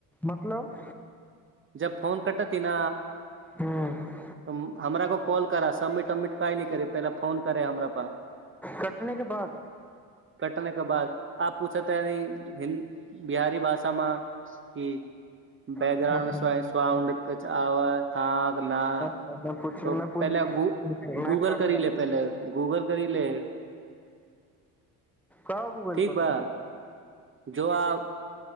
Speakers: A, in the centre; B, on the right (about 30°).
A: मतलब
B: जब फोन कट त तिना
A: हूँ
B: त हमरा को कॉल करा सबमिट वबमिट कइ न करे पहिले फोन करे हमरा पास
A: कटने के बाद
B: कटने के बाद आ पूछ त ह इ हिन्द बिहारी भाषामे की बैकग्राउंड
A: हाँ हाँ
B: में स्वे साउंड कुछ आव अ हा कि ना
A: पछि
B: तो
A: प
B: पहिले गू
A: नय
B: गूगल
A: करबो
B: करी ले पहिले गूगल करि ले
A: का गूगल
B: ठीक
A: करूंगा
B: बा जो आप